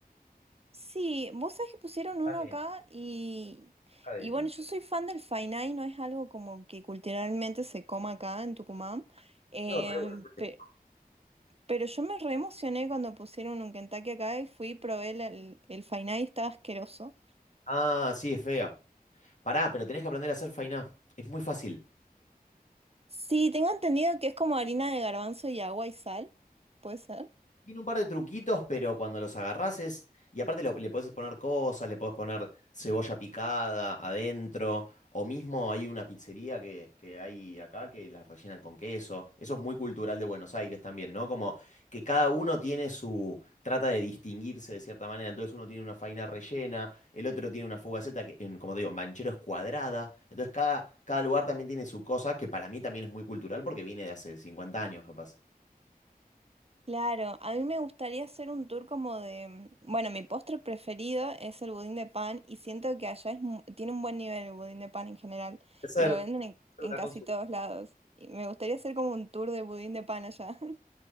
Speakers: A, on the right; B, on the left.
A: Sí, vos sabés que pusieron uno
B: Cadena,
A: acá y,
B: cadena.
A: y bueno, yo soy fan del Fainá no es algo como que culturalmente se coma acá en Tucumán, eh,
B: Lo re bueno, ¿no?
A: pe- pero yo me re emocioné cuando pusieron un Kentucky acá y fui y probé el, el, el Fainá y estaba asqueroso.
B: Ah, sí, es fea. Pará, pero tenés que aprender a hacer fainá. Es muy fácil.
A: Sí, tengo entendido que es como harina de garbanzo y agua y sal, ¿puede ser?
B: Tiene un par de truquitos, pero cuando los agarrás es. Y aparte lo- le puedes poner cosas, le puedes poner cebolla picada adentro. O mismo hay una pizzería que, que hay acá que las rellenan con queso. Eso es muy cultural de Buenos Aires también, ¿no? Como que cada uno tiene su. Trata de distinguirse de cierta manera. Entonces uno tiene una faina rellena, el otro tiene una fugaceta que, en- como te digo, en Banchero es cuadrada. Entonces cada, cada lugar también tiene su cosa, que para mí también es muy cultural porque viene de hace 50 años, capaz.
A: Claro, a mí me gustaría hacer un tour como de, bueno, mi postre preferido es el budín de pan y siento que allá es, mu- tiene un buen nivel el budín de pan en general
B: Puede ser,
A: y lo
B: creo
A: venden en,
B: que
A: en
B: está
A: casi
B: con su
A: todos lados. Y me gustaría hacer como un tour de budín de pan allá. <laughs>